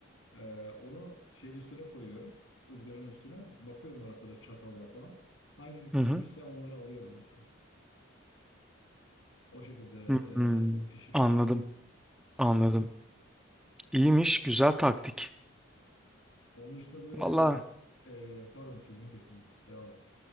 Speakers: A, on the left (about 80°); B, in the centre.
A: E, onu şeyin üstüne koyuyorum. ızgaranın üstüne. Bakıyorum ara sıra çatalla falan. Hangisi pişmişse
B: Hı hı.
A: onları alıyorum mesela. O şekilde
B: Hı hı.
A: e, pişiriyorum.
B: Anladım. Anladım. İyiymiş, güzel taktik.
A: Onun dışında böyle
B: Valla
A: böyle e, pardon sözümü kesin. Devam et.